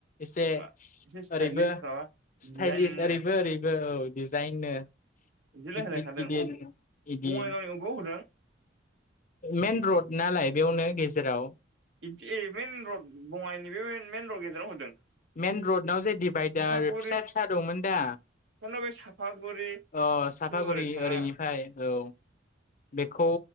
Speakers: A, on the left; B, on the right.
A: एसे
B: मा एसे स्टाइलिस
A: ओरैबो
B: माबा
A: स्टाइलिस
B: डिजाइननो
A: ओरैबो-ओरैबो औ। दिजाइननो गिददिर-गिदिर
B: बिदि रायलायखादों अ
A: इदि
B: बङाइगावनि अबेयाव होदों
A: मेन रड नालाय बेयावनो गेजेराव
B: दि ए मइेन रड बङाइनि बे मेन रड गेजेराव होदों।
A: मइन रडाव जे डिभाइदार
B: साफागुरि
A: फिसा-फिसा दंमोन दा?
B: खिन्थु बे साफागुरि
A: अ साफागुरि
B: थु ओरै थांग्रा
A: ओरैनिफ्राय औ। बेखौ